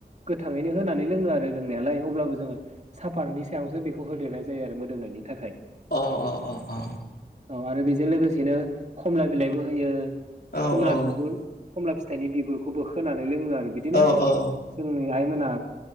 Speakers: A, on the right; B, on the left.
A: गोथाङैनो होनानै लोङो आरो लोंनायालाय अब्लाबो जोङो साफारनि सायावसो बेखौ होदेरनाय जायो आरो मोदोमनायनि थाखाय
B: अ अ अ अ
A: औ आरो बेजों लोगोसेनो खमला बिलाइबो होयो खमला
B: औ औ
A: बिगुर खमला फिथाइनि बिगुरखौबो खानै लोङो आरो बिदिनो
B: औ औ
A: जोंनि आइमोना